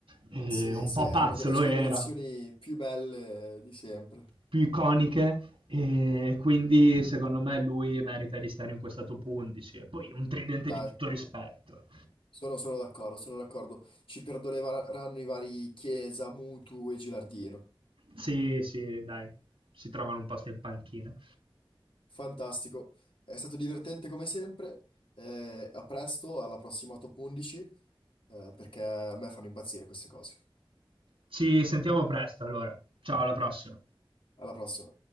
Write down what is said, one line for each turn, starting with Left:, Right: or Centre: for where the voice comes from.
Right: E
Left: Sì,
Right: un
Left: sì,
Right: po'
Left: è
Right: pazzo
Left: una delle
Right: lo
Left: celebrazioni
Right: era,
Left: più belle di sempre.
Right: più iconiche. E quindi secondo me lui merita di stare in questa top 11. E poi un tridente
Left: Dai,
Right: di tutto rispetto.
Left: sono, sono d'accordo, sono d'accordo. Ci perdoneranno i vari Chiesa, Mutu e Gilardino.
Right: Sì, sì, dai, si trovano un posto in panchina.
Left: Fantastico, è stato divertente come sempre. eh, a presto, alla prossima top 11, eh, perché a me fanno impazzire queste cose.
Right: Ci sentiamo presto allora. Ciao, alla prossima.
Left: Alla prossima.